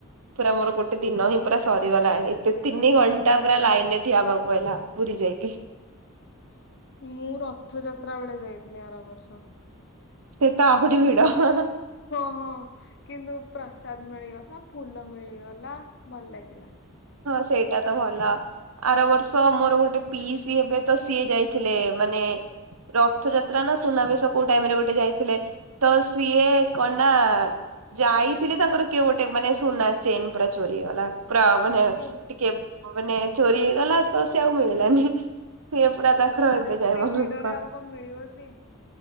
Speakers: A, on the right; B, on the left.
A: ପୁରା ମୋର ଗୋଟ୍ ଗୋଟେ ଦିନ ହିଁ ପୁରା ସରିଗଲା ଏତେ ତିନି ଘଣ୍ଟା ପୁରା ଲାଇନ୍ ରେ ଠିଆ ହବାକୁ ପଇଲା ପୁରୀ ଯାଇକି।
B: ମୁଁ ରଥ ଯାତ୍ରା ବେଳେ ଯାଇଥିଲି ଆର ବର୍ଷ।
A: ସେ ତ ଆହୁରି ଭିଡ‌ ହେଁ- ହେଁ।
B: ହଁ- ହଁ କିନ୍ତୁ ପ୍ରସାଦ୍ ମିଳିଗଲା ଫୁଲ ମିଳିଗଲା ଭଲ ଲାଗିଲା।
A: ହଁ ସେଇଟା ତ ଭଲ। ଆର ବର୍ଷ ମୋର ଗୋଟେ ପିଇସି ଏବେ ତ ସିଏ ଯାଇଥିଲେ ମାନେ ରଥଯାତ୍ରା ନା ସୁନାବେଶ କଉ ଟାଇମ୍ ରେ ଗୋଟେ ଯାଇଥିଲେ। ତ ସିଏ କଣ୍ ନା ଯାଇଥିଲି ତାଙ୍କର କିଏ ଗୋଟେ ମାନେ ସୁନା ଚେନ୍ ପୁରା ଚୋରି ହେଇଗଲା ପୁରା ମାନେ ଟିକେ
B: ଏ
A: ମାନେ ଚୋରି ହେଇଗଲା ତ ସେ ଆଉ ମିଳିଲାନି ସିଏ ପୁରା ତାଙ୍କ ତାଙ୍କର
B: ହଁ
A: ଏବେ
B: ଏତେ
A: ଯାଏ ମନ
B: ଭିଡରେ
A: ଦୁଃଖ
B: ଆଉ କଣ ମିଳିବ ସେ।